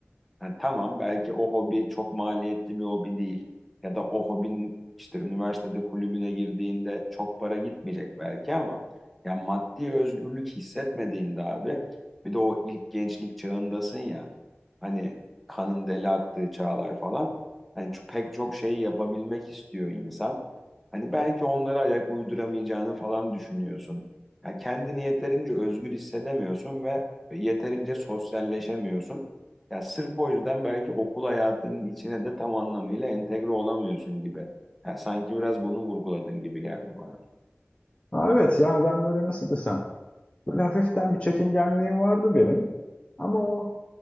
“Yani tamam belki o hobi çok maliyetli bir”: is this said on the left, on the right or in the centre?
Centre